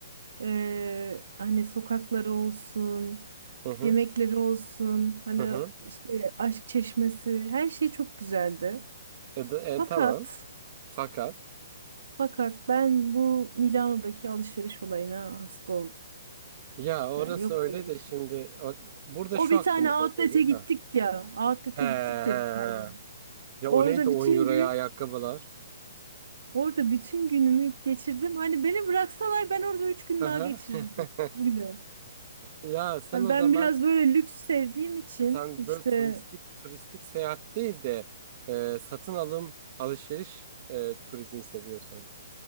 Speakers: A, on the right; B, on the right.
A: eee, hani sokakları olsun,
B: hı hı,
A: yemekleri olsun, hani
B: hı hı.
A: işte aşk çeşmesi her şey çok güzeldi.
B: E, da- e,
A: Fakat
B: tamam. Fakat
A: fakat ben bu Milano'daki alışveriş olayına hasta oldum.
B: ya orası
A: Yani yok
B: öyle
A: böyle
B: de
A: bir şey.
B: şimdi o- burada
A: O
B: şu
A: bir
B: aklımıza
A: tane outlet'e
B: geliyor.
A: gittik
B: Ha.
A: ya. Outlet'e
B: He, he,
A: gittik ya bir tane.
B: he. Ya
A: Orada
B: o neydi 10
A: bütün
B: euroya
A: gün,
B: ayakkabılar?
A: orada bütün günümü geçirdim. Hani beni bıraksalar ben orada üç gün
B: Hı
A: daha
B: hı.
A: geçirirdim.
B: <laughs>
A: Öyle.
B: Ya sen
A: Hani
B: o
A: ben
B: zaman
A: biraz böyle lüks sevdiğim için
B: sen
A: işte
B: böyle turistik turistik seyahat değil de e, satın alım alışveriş e, turizmi seviyorsun.